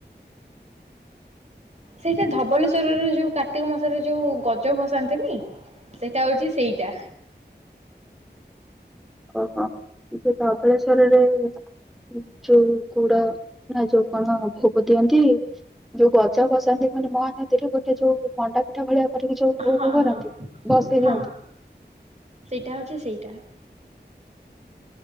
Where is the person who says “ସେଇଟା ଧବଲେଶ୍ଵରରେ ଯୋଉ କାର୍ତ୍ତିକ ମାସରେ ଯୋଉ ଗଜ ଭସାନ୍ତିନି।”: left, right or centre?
Right